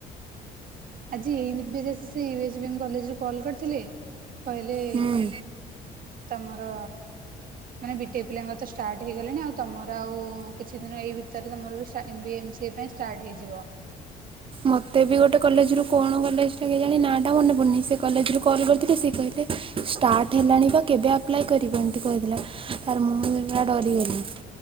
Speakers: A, on the right; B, on the right.
A: ଆଜି ଏଇ Nivya J C C U S B M କଲେଜରୁ କଲ୍ କରିଥିଲେ କହିଲେ
B: ହୁଁ।
A: ତମର ମାନେ ବିଟେକ୍ ପିଲାଙ୍କର ତ ଷ୍ଟାର୍ଟ ହେଇଗଲାଣି ଆଉ ତମର ଆଉ କିଛି ଦିନ ଏଇ ଭିତରେ ତମର ବି ଷ୍ଟା ଏମ ବିଏ ଏମ୍ ସିଏ ପାଇଁ ଷ୍ଟାର୍ଟ ହେଇଯିବ।
B: ମୋତେ ବି ଗୋଟେ କଲେଜରୁ କଣ କଲେଜଟା କେଜାଣି ନାଟା ମନେ ପଡ଼ୁନି ସେ କଲେଜରୁ କଲ୍ କରିଥିଲେ ସିଏ କହିଲେ ଷ୍ଟାର୍ଟ ହେଲାଣି ବା କେବେ ଆପ୍ଲାଏ କରିବ ଏମିତି କହିଦେଲେ ତାପରେ ମୁଁ ଏଇଭଳିଆ ଡରିଗଲି।